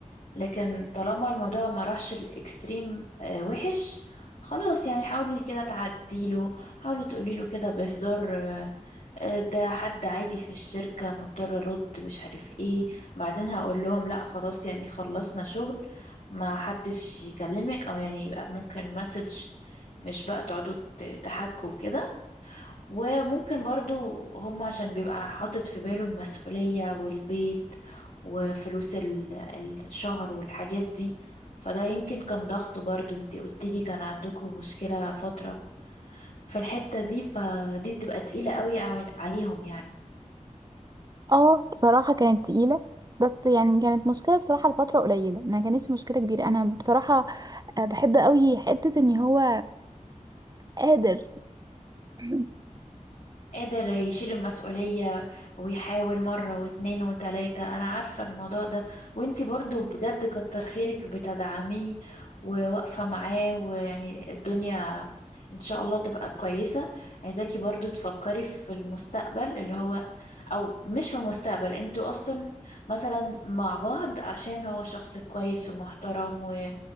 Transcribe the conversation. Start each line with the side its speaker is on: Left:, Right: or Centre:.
Left: لكن طالما الموضوع ما راحش الاكستريم آه، وحش خلاص يعني حاولي كده تعديله حاولي تقوليله كده بهزار آه، آه، ده حد عادي في الشركة مضطر ارد مش عارف ايه بعدين هقول لهم لا خلاص يعني خلصنا شغل ما حدش يكلمك او يعني يبقى ممكن مسج مش بقى تقعدوا ت- تحكوا كده وممكن برضو هم عشان بيبقى حاطط في باله المسؤولية والبيت وفلوس ال- الشهر والحاجات دي فده يمكن كان ضغط برضو انتي قلتلي كان عندكم مشكلة فترة في الحتة دي فدي تبقى تقيلة قوي عل- عليهم يعني
Right: اه بصراحه كانت تقيله بس يعني كانت مشكله بصراحه لفتره قليله ما كانتش مشكله كبيره انا بصراحه آه، بحب قوي حته ان هو قادر <clears throat>
Left: قادر يشيل المسؤولية ويحاول مرة واتنين وتلاتة أنا عارفة الموضوع ده وانتي برضو بجد كتر خيرك بتدعميه وواقفة معاه ويعني الدنيا إن شاء الله تبقى كويسة عايزاكي برضو تفكري في المستقبل اللي هو أو مش في المستقبل انتوا أصلا مثلا مع بعض عشان هو شخص كويس ومحترم و...